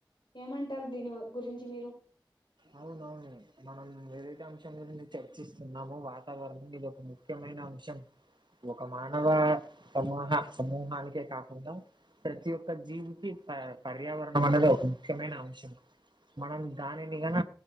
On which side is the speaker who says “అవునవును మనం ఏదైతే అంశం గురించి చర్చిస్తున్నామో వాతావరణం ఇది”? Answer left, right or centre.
Right